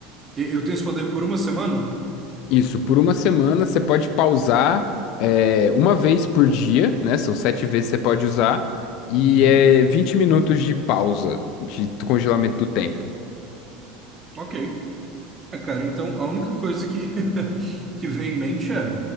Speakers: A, on the right; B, on the left.
A: eu eu tenho esse poder por uma semana?
B: Isso, por uma semana você pode pausar é, uma vez por dia, né? São sete vezes que você pode usar. E
A: Uhum.
B: é 20 minutos de pausa, de congelamento do tempo.
A: Ok. É, cara, então a única coisa que, <laughs> que vem em mente é,